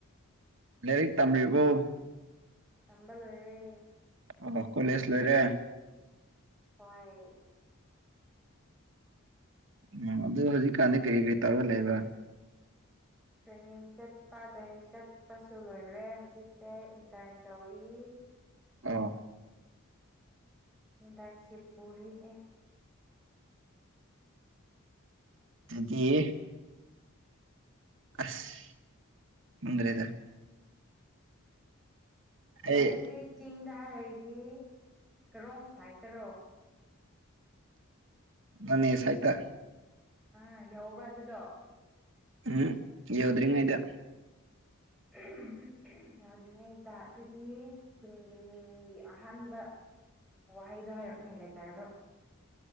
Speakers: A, on the right; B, in the centre.
A: ꯂꯥꯏꯔꯤꯛ ꯇꯝꯃꯤꯕ
B: ꯇꯝꯕ ꯂꯣꯏꯔꯦ
A: ꯑꯣ ꯀꯣꯂꯦꯖ ꯂꯣꯏꯔꯦ
B: ꯍꯣꯏ
A: ꯎꯝ ꯑꯗꯨꯣ ꯍꯧꯖꯤꯛꯀꯥꯟꯗꯤ ꯀꯔꯤ ꯀꯔꯤ ꯇꯧꯔꯒ ꯂꯩꯕ
B: ꯇ꯭ꯔꯦꯅꯤꯡ ꯆꯠꯄ ꯇ꯭ꯔꯦꯅꯤꯡ ꯆꯠꯄꯁꯨ ꯂꯣꯏꯔꯦ ꯍꯧꯖꯤꯛꯁꯦ ꯏꯟꯇꯔꯟ ꯇꯧꯔꯤ
A: ꯑꯣ
B: ꯟ ꯇꯔꯟꯁꯤꯞ ꯄꯨꯔꯤ ꯑꯩ
A: ꯌꯤ ꯑꯁ ꯃꯗꯔꯦꯗ ꯑꯩ
B: ꯅꯪꯒꯤ ꯆꯤꯡꯗ ꯍꯥꯏꯔꯗꯤ ꯀꯔꯣꯝ ꯁꯥꯏꯠꯇꯔꯣ
A: ꯅꯅꯦ ꯌꯦꯁꯥꯏꯇ
B: ꯑ ꯌꯧꯕꯔ ꯑꯗꯨꯗꯣ
A: ꯎꯝ ꯌꯎꯗ꯭ꯔꯔꯤꯉꯥꯏꯗ
B: <unintelligible> ꯌꯥꯎꯗ꯭ꯔꯤꯉꯩꯗ ꯑꯗꯨꯗꯤ ꯈꯨꯟꯒꯤ ꯃꯤꯡꯒꯤ ꯑꯍꯥꯟꯕ ꯎꯝ ꯋꯥꯍꯩꯗꯣ ꯍꯥꯏꯔꯛꯅꯦ ꯂꯦꯇꯔꯗꯣ